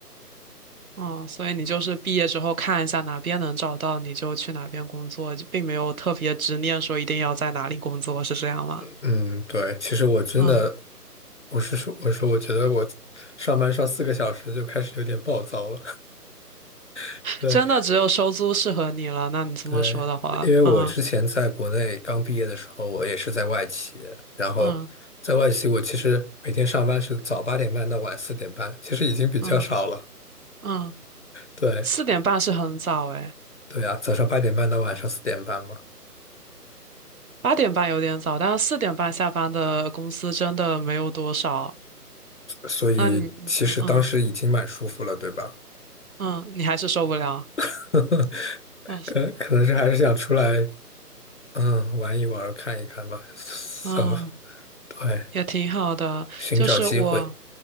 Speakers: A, on the right; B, on the left.
A: 嗯，所以你就是毕业之后看一下哪边能找到，你就去哪边工作，就并没有特别执念说一定要在哪里工作，是这样吗？
B: 嗯，对，其实我真的，
A: 嗯，
B: 我是说，我说我觉得我上班上四个小时就开始有点暴躁了，<laughs> 对。
A: 真的只有收租适合你了。那你这么说的话，
B: 对，因为我之前在国内刚毕业的时候，
A: 嗯
B: 我也是在外企，然后在外企我其实每天上班是早八点半到晚四点半，
A: 嗯
B: 其实已经比较少了。
A: 嗯嗯，
B: 对，
A: 四点半是很早诶，
B: 对啊，早上八点半到晚上四点半嘛，
A: 八点半有点早，但是四点半下班的公司真的没有多少。
B: 所以其实当时已经蛮舒服了，
A: 那你嗯嗯，
B: 对吧？
A: 嗯你还是受不了，
B: <laughs>
A: 嗯
B: 可可能是还是想出来，嗯，玩一玩，看一看吧，so,
A: 嗯，
B: 对，
A: 也挺好的，
B: 寻找机会，
A: 就是我。